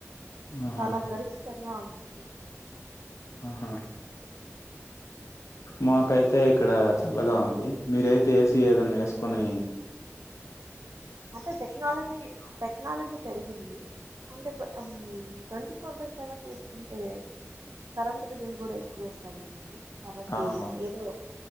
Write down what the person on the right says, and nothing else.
చాలా గరిష్ ష్టంగా ఉందండి
అంటే టెక్నాలజీ
టెక్నాలజీ పెరిగింది అంటే ఉమ్ ట్వంటీ ఫోర్ బై సెవెన్ వేస్కుంటే కరెంట్ బిల్లులు గుడా ఎక్కువొస్తారు గదండి కబట్టి
ఏదో